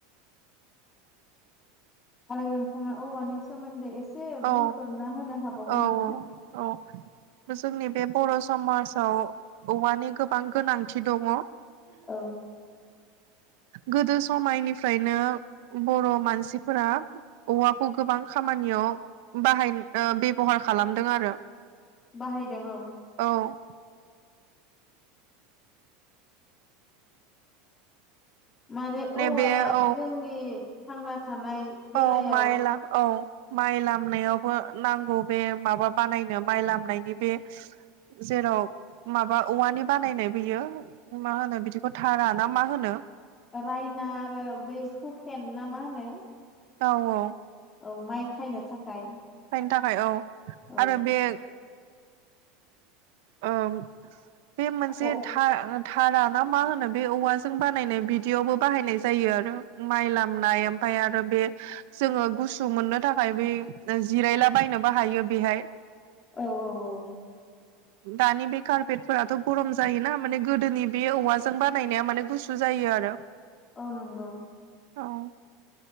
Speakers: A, on the left (about 20°); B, on the right (about 60°).
A: आरो नोंथाङा औवानि सोमोन्दै एसे
B: औ
A: बुंफोरना होनो हाबावगोन
B: औ
A: नामा
B: औ औ जोंनि बे बर' समाजाव औवानि गोबां गोनांथि दङ
A: औ
B: गोदो समायनिफ्रायनो बर' मानसिफोरा औवाखौ गोबां खामानियाव बाहाय बेबहार खालामदों आरो
A: बाहायदों औ
B: औ
A: माने औवाया
B: बे औ
A: जोंनि थांना थानाय बेलायाव
B: औ माइेला औ माइ लामनायावबो नांगौ बे माबा बानायनो माइ लामनायनि बे जेराव माबा औवानि बानायनाय बियो मा होनो बिदिखौ थारा ना मा होनो
A: रायना आरो बै हुकेन ना मा होनो
B: औ औ
A: औ माइ खायनो थाखाय
B: खायनो थाखाय औ
A: औ
B: आरो बे औ बे मोनसे
A: ख'
B: था थाना ना मा होनो बे औवाजों बानायनाय बिदियावबो बाहायनाय जायो आरो माइ लामनाय ओमफ्राय आरो बे जोङो गुसु मोननो थाखाय बे जिरायला बायनोबो हायो बेहाय
A: औ औ औ
B: दानि बे कारपेटफोराथ' गरम जायोना माने गोदोनि बे औवाजों बानायनाया माने गुसु जायो आरो <inaudible>
A: औ नंगौ
B: औ